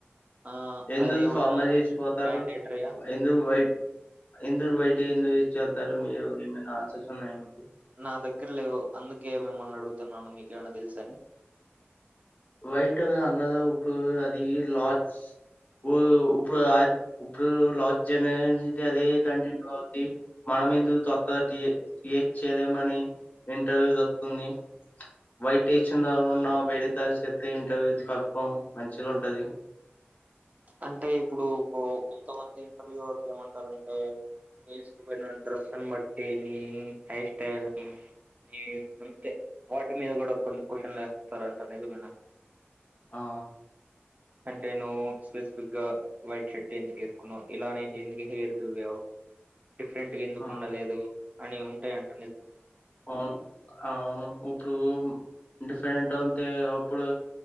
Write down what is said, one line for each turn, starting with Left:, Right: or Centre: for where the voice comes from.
Right: ఆ
Left: ఎందుదు
Right: అదేమన్నా
Left: ఫార్మల్ చేసిపోతారు
Right: మ్యాండేటరీయా
Left: ఎందుకు వై ఎందుదు వైట్ ఐ ఎందుదు వెచ్చుకెళ్తారు మీరు ఏమి అన్న ఆన్సర్స్ ఉన్నాయా మీకు
Right: నా దగ్గర లేవు అందుకే మిమ్మల్ని అడుగుతున్నాను మీకేమైనా తెలుసా అని
Left: వైట్ ఉ అన్నావ్ గా ఉప్పుడు అది లార్జ్ ఉ ఉప్పుడు అది ఉప్పుడు అస్ లాస్ట్ జనరేషన్ అదే కంటిన్యూ అవ్వుది మన తమ ఎందుకు తొత్త టి టిహెచ్ చేయలేమని ఇంటర్వ్యూ వొస్తుంది వైట్ ఏసింది ఎవరు ఉన్నా వేడి త చేప్తే ఇంటర్వ్యూ పెర్ఫామ్ మంచిగా ఉంటది
Right: అంటే ఇప్పుడు కో కొంతమంది ఇంటర్వ్యూయర్స్ ఏమంటారు అంటే వేసుకు పోయిన డ్రెస్ నీ బట్టి నీ హెయిర్స్టైల్ అని ని అంతే వాటి మీద కూడా కొన్ని క్వశ్చన్లు వేస్తస్తార అంటారు నిజైన
Left: ఆ
Right: అంటేను స్విస్ బిగ్గా వైట్ షర్ట్ ఎందుకు వేసుకున్నావు ఇలానే ఎింది హెయిర్ దువ్వావు డిఫరెంట్ గా ఎందుకు
Left: ఆ,
Right: ఉండలేదు అని ఉంటాయిడి
Left: అవును అవును ఇప్పుడు డిఫరెంట్ అంటే అప్పుడు